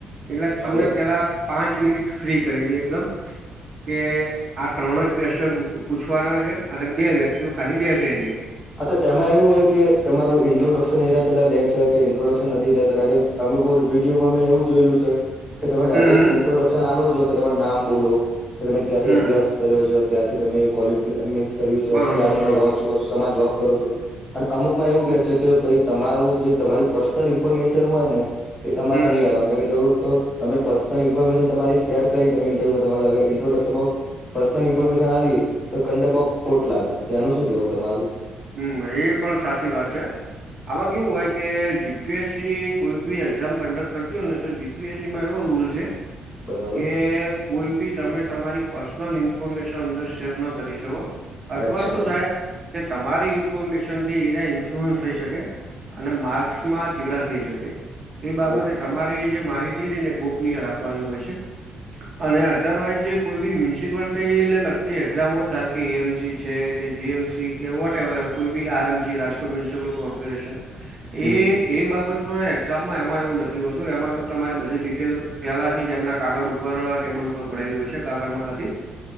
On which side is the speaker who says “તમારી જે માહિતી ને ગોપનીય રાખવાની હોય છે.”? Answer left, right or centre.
Right